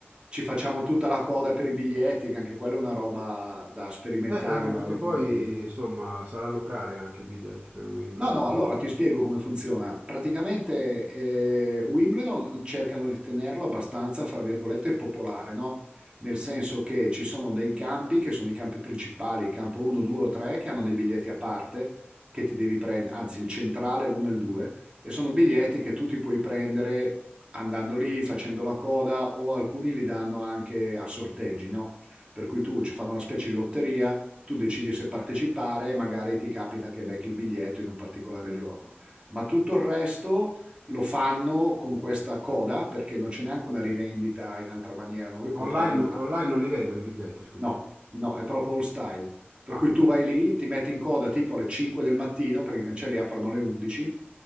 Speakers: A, on the right; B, on the right.
A: ci facciamo tutta la coda per i biglietti, che anche quella è una roba da sperimentare
B: Eh, anche
A: una
B: perché
A: volta
B: poi,
A: nella vita.
B: insomma, saranno cari anche i biglietti per Wimbledon.
A: No, no, allora ti spiego come funziona. Praticamente eh, Wimbledon cercano di tenerlo abbastanza, fra virgolette, popolare, no? Nel senso che ci sono dei campi, che sono i campi principali, il campo 1, 2 o 3, che hanno dei biglietti a parte, che ti devi prendere, anzi il centrale, l'1 e il 2, e sono biglietti che tu ti puoi prendere andando lì, facendo la coda, o alcuni li danno anche a sorteggi, no? Per cui tu ci fanno una specie di lotteria tu decidi se partecipare e magari ti capita che becchi il biglietto in un particolare giorno. Ma tutto il resto lo fanno con questa coda perché non c'è neanche una rivendita in altra maniera, non puoi
B: Ma
A: comprarli
B: online,
A: online.
B: online non li vendono i biglietti, scusa.
A: No, no, è proprio old style. Per
B: Ah,
A: cui tu vai lì, ti metti in coda tipo alle 5 del mattino, perché i cancelli aprono alle 11,